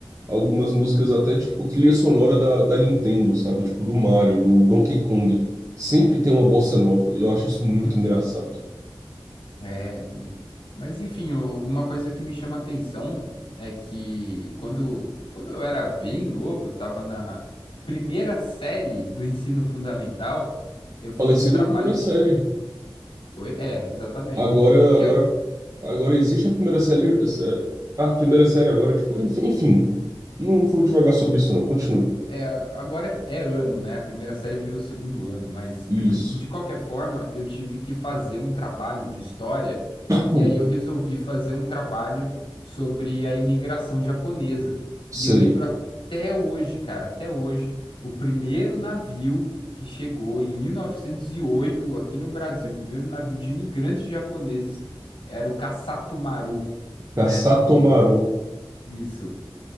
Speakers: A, on the right; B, on the left.
A: Algumas músicas até, tipo, trilha sonora da, da Nintendo, sabe? Tipo, do Mario, do Donkey Kong. Sempre tem uma bossa nova. Eu acho isso muito
B: Uhum.
A: engraçado.
B: É, e... Mas enfim, o- uma coisa que me chama atenção é que quando, quando eu era bem novo, eu estava na primeira série do ensino fundamental, eu fiz
A: Falei
B: um trabalho
A: da primeira série.
B: de... Oi? É, exatamente.
A: Agora,
B: Que
A: agora, agora existe a primeira série. essa- A primeira série agora, tipo, enfim, enfim, não vou devagar sobre isso, não. Continue.
B: É, agora é, é ano, né? A primeira série virou segundo ano, mas
A: Isso.
B: <clears throat> de qualquer forma, eu tive que fazer um trabalho de história e
A: Hum,
B: aí eu resolvi fazer um trabalho sobre a imigração japonesa.
A: Sei.
B: E eu lembro até hoje, cara, até hoje, o primeiro navio que chegou em 1908 aqui no Brasil, o primeiro navio de imigrantes japoneses era o Kasatomaru, né?
A: Kasatomaru.
B: E isso.